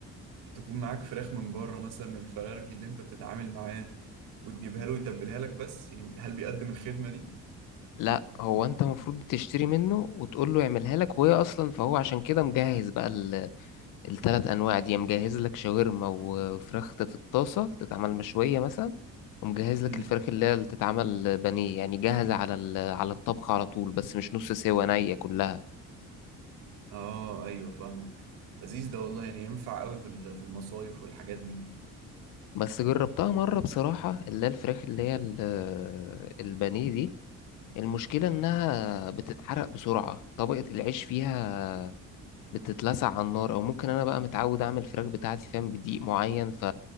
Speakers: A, on the right (about 85°); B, on the left (about 85°).
A: تكون معاك فراخ من بره مثلا من الفرارجي اللي أنت بتتعامل معاه وتجيبها له ويتبلها لك بس يعني هل بيقدم الخدمة دي؟
B: لا هو أنت المفروض تشتري منه وتقول له يعملها لك وهي أصلا فهو عشان كده مجهز بقى التلات انواع دي مجهز لك شاورما وفراخ في الطاسه تتعمل مشويه مثلا ومجهز
A: امم
B: لك الفراخ اللي هي اللي تتعمل بانيه يعني جاهزه على ال- على الطبخ على طول بس مش نص سوا نيه كلها
A: اه ايوه فاهمك لذيذ ده والله يعني ينفع قوي في ال- في المصايف والحاجات دي
B: بس جربتها مره بصراحه اللي هي الفراخ اللي هي ال- البانيه دي المشكله انها بتتحرق بسرعه طبقه العيش فيها بتتلسع على النار او ممكن انا بقى متعود اعمل الفراخ بتاعتي فاهم بدقيق معين ف